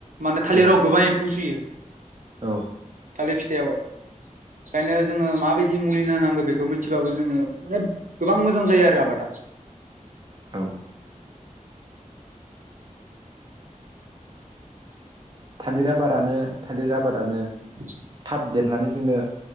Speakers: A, on the right; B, on the right.
A: माने थालिराव
B: औ
A: गोबां एमफु सुयो‌।
B: औ
A: थालिर फिथाइयावहाय ओंखायनो जोङो मा माबायदि मुलि होनांगौ बेखौ मिथिबाबो जोङो माने गोबां मोजां जायो आरो आबादा
B: औ। थालिर आबादानो थालिर आबादानो
A: बि
B: थाब देरनानै जोंनो